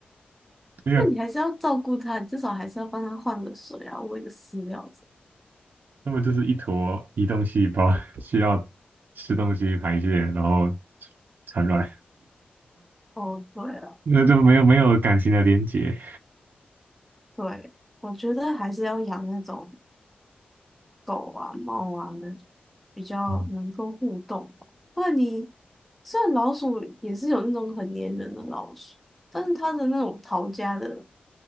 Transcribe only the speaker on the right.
没有，
它们就是一坨移动细胞，需要吃东西排泄，然后产卵，
那就没有没有感情的连接。
嗯，